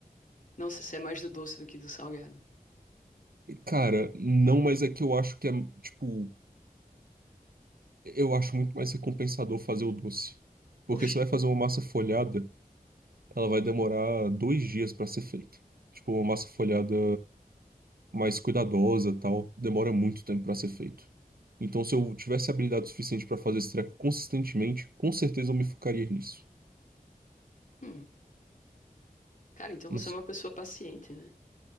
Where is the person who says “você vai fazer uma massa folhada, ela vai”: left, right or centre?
Right